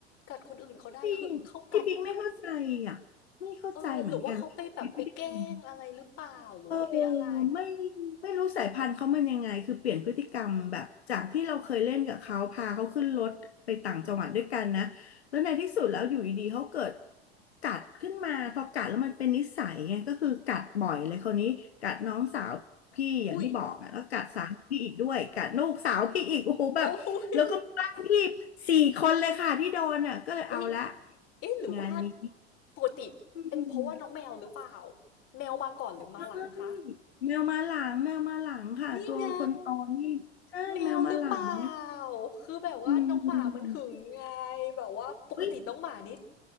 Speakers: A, on the left (about 45°); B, on the left (about 80°).
A: กัดคนอื่นเขาได้คือเขากัด
B: พี่พี่ปิงไม่เข้าใจอ่ะไม่เข้าใจเหมือนกันว่าพฤติกรรม
A: เออหรือว่าเขาไปแบบไปแกล้งอะไรหรือเปล่าหรือว่าไปอะไร
B: เออไม่ไม่รู้สายพันธุ์เขามันยังไงคือเปลี่ยนพฤติกรรมแบบจากที่เราเคยเล่นกับเขาพาเขาขึ้นรถไปต่างจังหวัดด้วยกันนะแล้วในที่สุดแล้วอยู่ดีๆเขาเกิดกัดขึ้นมาพอกัดแล้วมันเป็นนิสัยไงก็คือกัดบ่อยเลยคราวนี้กัดน้องสาวพี่อย่างที่บอกอ่ะแล้วกัดสามพี่อีกด้วยกัดลูกสาวพี่อีกโอ้โหแบบแล้วก็มีบ้านพี่
A: อุ้ยโอ้ย
B: สี่คนเลยค่ะที่โดนอ่ะก็เลยเอาละ
A: เอ้ยเอ๊ะหรือว่า
B: งานนี้
A: ปกติเป็นเพราะว่าน้องแมวหรือเปล่า
B: อืม
A: แมวมาก่อนหรือมาหลังคะ
B: ใช่แมวมาหลังแมวมาหลังค่ะตัวคนโตนี่ใช่แมวมาหลัง
A: นี่ไงแมวหรือเปล่าคือแบบว่าน้องหมามันหึงไง
B: อืม
A: แบบว่าปกติน้องหมานี่
B: เฮ้ย